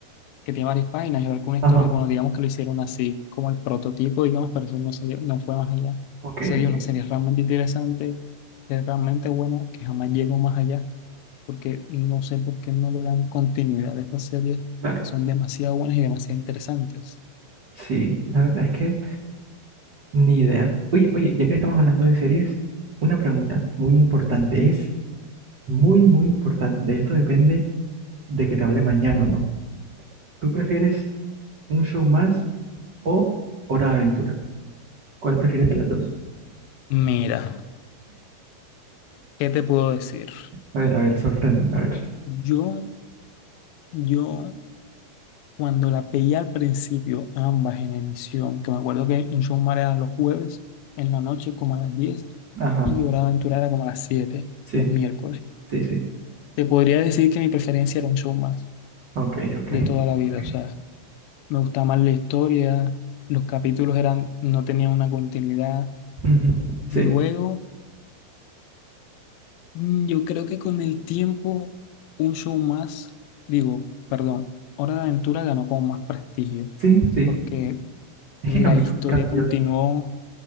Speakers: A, on the left (about 85°); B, on the right (about 70°).
A: que tiene varias páginas y alguna historia,
B: ajá,
A: bueno, digamos que lo hicieron así, como el prototipo, digamos, pero eso no salió, no fue más allá.
B: ok,
A: Sería
B: ok,
A: una serie realmente interesante, es realmente buena, que jamás llegó más allá, porque no sé por qué no le dan continuidad a estas series
B: claro.
A: que son demasiado buenas y demasiado interesantes.
B: Sí, la verdad es que ni idea. Oye, oye, ya que estamos hablando de series, una pregunta muy importante es, muy, muy importante, de esto depende de que te hable mañana o no. ¿Tú prefieres ¿Un show más o Hora de Aventura? ¿Cuál prefieres de las dos?
A: Mira, ¿qué te puedo decir?
B: A ver, a ver, sorpréndeme, a ver.
A: Yo, yo Cuando la veía al principio, ambas en emisión, que me acuerdo que en Showmare era los jueves, en la noche como a las 10
B: Ajá,
A: y Hora de Aventura era como a las 7
B: sí,
A: los miércoles.
B: sí, sí.
A: Te podría decir que mi preferencia era un show más
B: Ok, ok.
A: de toda la vida,
B: ok.
A: o sea, me gustaba más la historia, los capítulos eran, no tenían una continuidad.
B: Ujú, Sí,
A: Luego, mm, yo creo que con el tiempo, un show más, digo, perdón, Hora de Aventura ganó como más prestigio,
B: sí, sí.
A: porque
B: Es
A: la
B: que cambió,
A: historia
B: cambió.
A: continuó